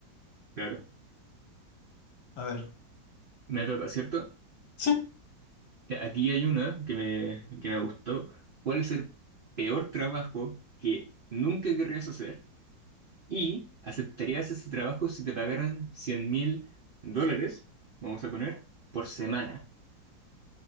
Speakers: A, on the right; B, on the left.
A: Claro,
B: A ver,
A: me toca, ¿cierto?
B: sí,
A: Ya, Aquí hay una que me, que me gustó. ¿Cuál es el peor trabajo que nunca querrías hacer? ¿Y aceptarías ese trabajo si te pagaran cien mil dólares, vamos a poner, por semana?